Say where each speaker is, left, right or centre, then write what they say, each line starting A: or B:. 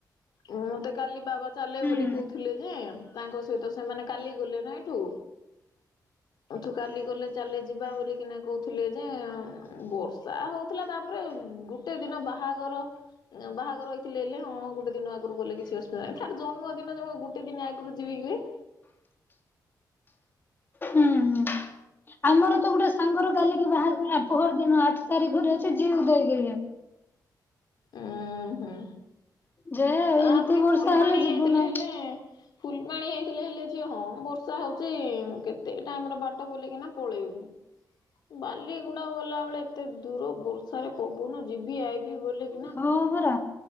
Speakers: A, on the left (about 80°); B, on the left (about 30°).
A: ଉଁ ମତେ କାଲି ବାବା ଚାଲେ
B: ହୁଁ
A: ବୋଲି କୋହୁଥିଲେ ଯେ ତାଙ୍କ ସହିତ ସେମାନେ କାଲି ଗଲେ ନା ଏଇଠୁ ଏଠୁ କାଲି ଗଲେ ଚାଲେ ଯିବା ବୋଲିକିନା କୋହୁଥୁଲେ ଯେ ବର୍ସ ର୍ଷା ହୋଉଥୁଲା ତାପରେ ଗୁଟେ ଦିନ ବାହାଘର। ଉଁ ବାହାଘର <unintelligible> ଥିଲେ ହେଲେ ହଁ ଗୋଟେ ଦିନ ଆଗୁରୁ ଗଲେ କିଛି ଅସୁ ଥାଏ ତାର ଜନ୍ମଦିନ ଯେ ମୁଁ ଗୁଟେ ଦିନ ଆଗୁରୁ ଯିବିକି ବେ।
B: ଉଁହୁଁ। ଆମର ତ ଗୁଟେ ସାଙ୍ଗର କାଲିକି ବାହାଘର ଆ ପହର ଦିନ ଆଠ ତାରିଖରେ ଅଛି। <unintelligible>
A: ଉଁହୁଁ
B: ଯେ
A: ତାପରେ
B: ଏମିତି ବର୍ଷା
A: ଫୁଲବାଣୀ
B: ହେଲେ
A: ହେଇଥିଲେ
B: ଯିବୁ ନାହିଁ
A: ହେଲେ ଫୁଲବାଣୀ ହେଇଥିଲେ ହେଲେ ଝିଏ ହଁ ବର୍ଷା ହୋଉଚି କେତେ ଟାଇମର ବାଟ ବୋଲିକିନା ପଳେଇ <unintelligible> ବାଲିଗୁଣ୍ଡା ଗଲାବେଳେ ଏତେ ଦୂର ବର୍ଷାରେ ପବନ ଯିବି ଆଇବି ବୋଲି
B: ହଁ ପରା